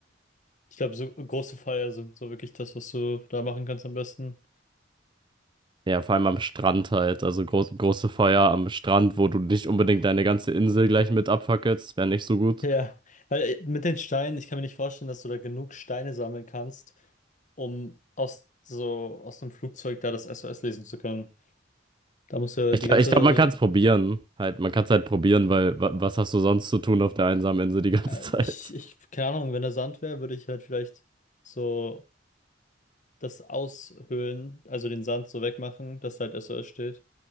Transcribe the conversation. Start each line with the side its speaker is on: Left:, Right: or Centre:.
Left: ich glaube, so große Feuer sind so wirklich das, was du da machen kannst am besten.
Right: Ja, vor allem am Strand halt. Also groß, große Feuer am Strand, wo du nicht unbedingt deine ganze Insel gleich mit abfackelst. Wäre nicht so gut.
Left: Ja, weil äh, mit den Steinen, ich kann mir nicht vorstellen, dass du da genug Steine sammeln kannst, um aus so aus dem Flugzeug da das SOS lesen zu können. Da musst du ja
Right: Ich,
Left: die
Right: glaub-
Left: ganze,
Right: ich glaube, man kann es probieren. Halt, man kann es halt probieren, weil wa- was hast du sonst zu tun auf der einsamen Insel die ganze
Left: äh,
Right: <laughs> Zeit?
Left: ich, ich, keine Ahnung, wenn da Sand wäre, würde ich halt vielleicht so das aushöhlen, also den Sand so wegmachen, dass da halt SOS steht.